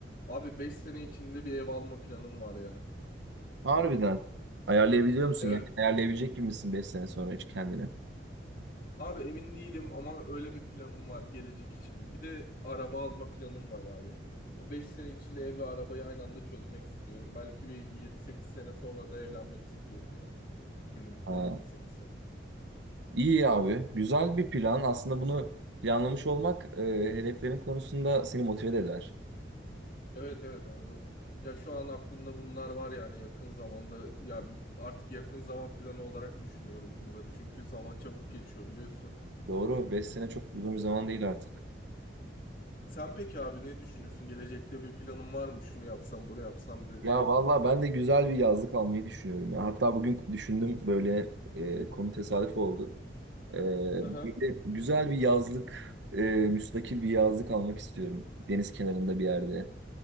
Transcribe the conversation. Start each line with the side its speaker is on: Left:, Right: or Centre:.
Left: Abi 5 sene içinde bir ev alma planım var ya.
Right: Harbiden. Ayarlayabiliyor musun?
Left: Evet.
Right: Yani ayarlayabilecek gibi misin 5 sene sonra hiç kendini?
Left: Abi emin değilim ama öyle bir planım var gelecek için. Bir de araba alma planım var abi. O 5 sene içinde ev ve arabayı aynı anda çözmek istiyorum. Belki bir yedi sekiz sene sonra da evlenmek istiyorum yani. Günümüzden
Right: Ha.
Left: yedi sekiz sene.
Right: İyi abi. Güzel bir plan. Aslında bunu planlamış olmak e, hedeflerin konusunda seni motive de eder.
Left: Evet evet abi. Ya şu an aklımda bunlar var yani yakın zamanda. Ya artık yakın zaman planı olarak düşünüyorum bunları. Çünkü zaman çabuk geçiyor biliyorsun.
Right: Doğru. beş sene çok uzun bir zaman
Left: Çok
Right: değil artık.
Left: Sen peki abi ne düşünüyorsun? Gelecekte bir planın var mı? Şunu yapsam, bunu yapsam dediğin.
Right: Ya valla ben de güzel bir yazlık almayı düşünüyorum ya. Hatta bugün düşündüm böyle e, konu tesadüf oldu. E,
Left: Aha.
Right: böyle güzel bir yazlık, e, müstakil bir yazlık almak istiyorum. Deniz kenarında bir yerde.